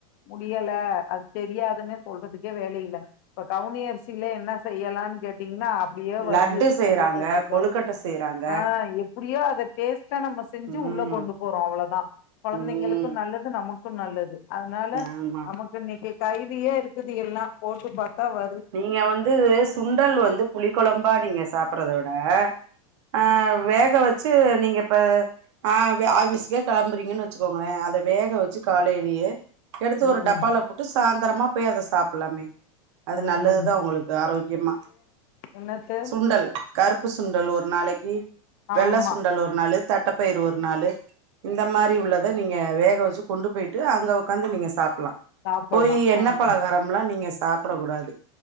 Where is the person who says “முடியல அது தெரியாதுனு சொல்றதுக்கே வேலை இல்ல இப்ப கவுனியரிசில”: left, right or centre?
Left